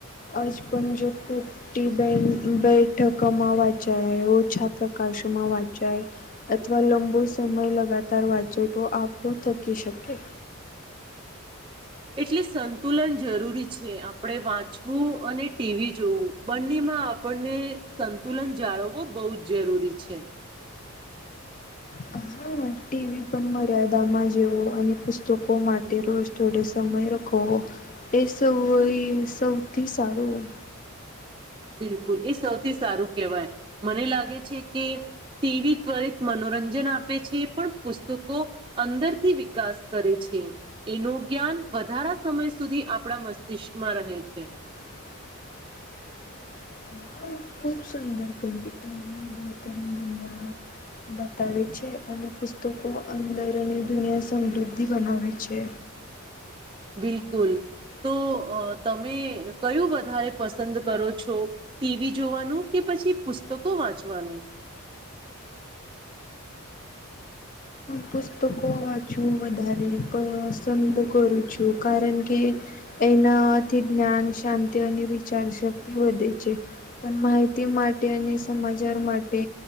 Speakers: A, on the left; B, on the right.
A: આજ પણ જો ખુબ ટિ ટાઈમ બેઠકમાં વંચાય ઓછા પ્રકાશમાં વંચાય અથવા લંબો સમય લગાતાર વાંચે તો આખું થકી શકે.
B: એટલે સંતુલન જરૂરી છે આપણેે વાંચવું અને ટીવી જોવું. બંનેમાં આપણને સંતુલન જાળવવો બહુ જ જરૂરી છે.
A: હા ટીવી પણ મર્યાદામાં જોવો અને પુસ્તકો માટે રોજ થોડે સમય રખો એ સૌ સૌથી સારું
B: બિલકુલ એ સૌથી સારું કહેવાય મને લાગે છે કે ટીવી ત્વરિત મનોરંજન આપે છે પણ પુસ્તકો અંદરથી વિકાસ કરે છે. એનું જ્ઞાન વધારા સમય સુધી આપણા મસ્તિષ્કમાં રહે છે.
A: હ <unintelligible> ખૂબ સુંદર ક્વલિટીવ <unintelligible> બહેતરીન દુનિયામાં બતાવે છે અને પુસ્તકો અંદર અને દુનિયા સમૃદ્ધિ બનાવે છે.
B: બિલકુલ તો અ તમે કયું વધારે પસંદ કરો છો? ટીવી જોવાનું કે પછી પુસ્તકો વાંચવાનું?
A: પુસ્તકો વાંચું વધારેને પ પસંદ કરું છું કારણ કે એનાથી જ્ઞાન શાંતિ અને વિચાર શક્તિ વધે છે. પણ માહિતી માટે અને સમાચાર માટે